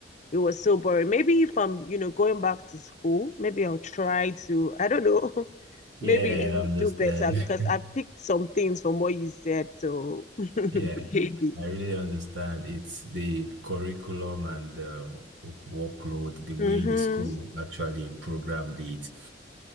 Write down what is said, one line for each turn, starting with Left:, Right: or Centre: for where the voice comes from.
Left: it was so boring. Maybe if I'm you know going back to school, maybe I'll try to. I don't know. <laughs>
Right: Yeah,
Left: Maybe Yeah. do
Right: I understand.
Left: do better because
Right: <laughs>
Left: I picked some things from what you said. So <laughs>
Right: Yeah,
Left: maybe.
Right: I really understand. It's the curriculum and the workload, the way
Left: Mm-hmm.
Right: the school actually programmed it,